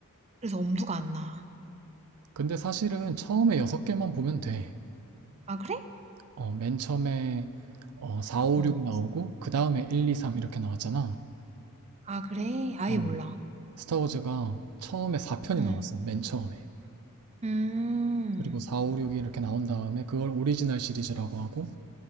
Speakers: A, on the right; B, on the right.
A: 그래서 엄두가 안 나.
B: 근데 사실은 처음에 여섯 개만 보면 돼.
A: 아, 그래?
B: 어, 맨 처음에 어, 4, 5,
A: 어.
B: 6 나오고 그 다음에 1, 2, 3 이렇게 나왔잖아.
A: 아, 그래? 아예
B: 어,
A: 몰라.
B: 스타워즈가 처음에 4편이
A: 응.
B: 나왔어. 맨 처음에.
A: 음.
B: 그리고 4, 5, 6이 이렇게 나온 다음에 그걸 오리지널 시리즈라고 하고